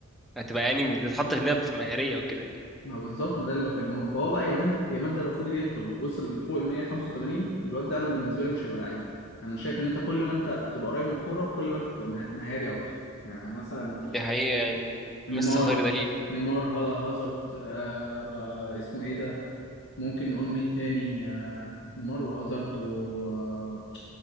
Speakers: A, in the centre; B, on the left (about 55°).
A: هتبقى يعني بتتحط في النهاية في مهارية وكده يعني
B: ما بالظبط ما ده اللي بكلمه فهو بقى يمان يمان ده لو فضل يدخل وصل لفوق ال 185 الواد ده انا بالنسبه لي مش هيبقى لعيب انا شايف ان انت كل ما انت بتبقى قريب من الكوره كل ما انت بتبقى مه- مهاري اكتر يعني مثلا
A: دي حقيقة يعني
B: نيمار
A: ميسي خير دليل يعني
B: نيمار ها- هازارد آه را- اسمه ايه ده ممكن نقول مين تاني آه نيمار وهازارد و آه،